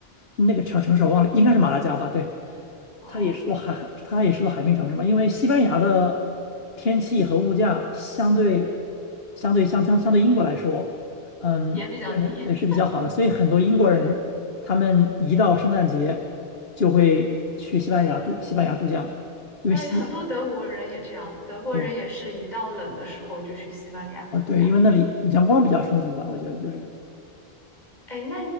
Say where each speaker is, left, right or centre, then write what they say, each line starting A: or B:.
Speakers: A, on the left; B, on the left.
A: 那个城城市，我忘了，应该是马拉加吧？对，
B: 哦，
A: 它也是座海，它也是座海滨城市嘛。因为西班牙的天气和物价相对相对相相相对英国来说，嗯，
B: 也比较低。
A: 是，对，是比较好的。
B: <laughs>
A: 所以很多英国人，
B: 对，
A: 他们一到圣诞节就会去西班牙度西班牙度假，因为西，
B: 哎，很多德国人也这样，德国人也是一到冷的时候就去西班牙度假。
A: 对，啊对，因为那里阳光比较充足吧，我觉得就是
B: 哎，那